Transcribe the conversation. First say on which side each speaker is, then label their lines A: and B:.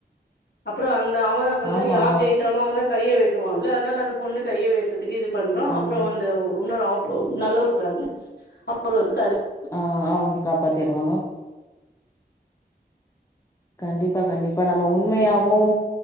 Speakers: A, on the left; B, on the left.
A: அப்புறோ அந்த அவன் பண்ண
B: ஆமா,
A: யார் ஜெயிச்சாலு அவன் தா கைய வெட்டுவல அதனால அந்த பொண்ணு கைய வெ த்துக்கு இது பண்றோ
B: ஆமா.
A: அப்ரோ இந்த இன்னொரு ஆப் நல்லா இருக்குறார்ல அப்றோ என்
B: ஆஹ் அவங்க காப்பாத்திருவாங்க கண்டிப்பா கண்டிப்பா நம்ம உண்மையாவு